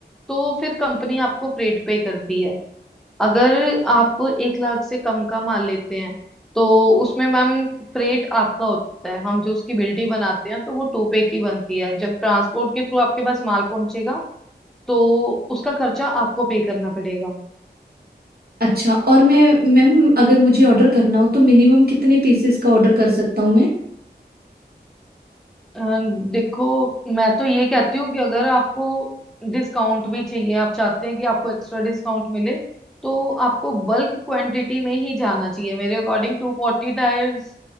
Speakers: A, in the centre; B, on the right (about 60°).
A: तो फिर कंपनी आपको फ्रेट पे करती है अगर आप एक लाख से कम का माल लेते हैं तो उसमें मैम फ्रेट आपका होता है हम जो उसकी बिल्टी बनाते हैं तो वो टू पे की बनती है जब ट्रांसपोर्ट के थ्रू आपके पास माल पहुंचेगा तो उसका खर्चा आपको पे करना पड़ेगा
B: अच्छा और मैं मैम अगर मुझे ऑर्डर करना हो तो मिनिमम कितने पीसेस का ऑर्डर कर सकता हूँ मैं
A: अ, देखो मैं तो ये कहती हूँ कि अगर आपको डिस्काउंट भी चाहिए आप चाहते हैं कि आपको एक्स्ट्रा डिस्काउंट मिले तो आपको बल्क क्वांटिटी में ही जाना चाहिए मेरे अकॉर्डिंग टू फोर्टी टायर्स